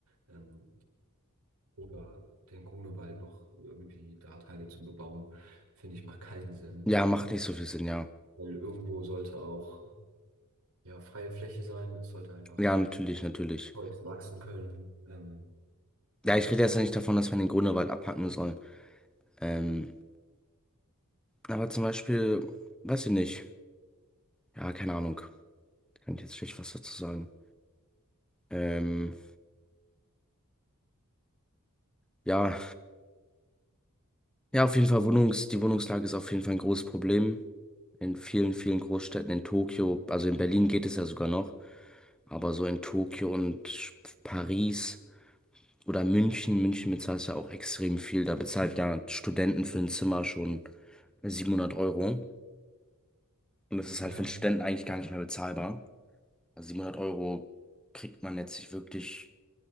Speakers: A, on the right; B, in the centre.
A: ähm, oder den Grunewald noch irgendwie da Teile zu bebauen, finde ich, macht keinen Sinn.
B: ja, macht nicht so viel Sinn, ja.
A: Weil irgendwo sollte auch ja freie Fläche sein. Es sollte einfach
B: Ja, natürlich, natürlich.
A: Holz wachsen können. Ähm, und
B: Ja, ich rede jetzt nicht davon, dass man den Grunewald abhacken soll. Ähm, aber zum Beispiel, weiß ich nicht. Ja, keine Ahnung. Kann ich jetzt schlecht was dazu sagen. Ähm, ja, ja, auf jeden Fall Wohnungs, die Wohnungslage ist auf jeden Fall ein großes Problem. In vielen, vielen Großstädten, in Tokio, also in Berlin geht es ja sogar noch, aber so in Tokio und Paris oder München, München bezahlt ja auch extrem viel. Da bezahlt ja Studenten für ein Zimmer schon 700 Euro. Und das ist
A: ja,
B: halt für einen Studenten eigentlich gar nicht mehr bezahlbar. Also 700 Euro kriegt man jetzt nicht wirklich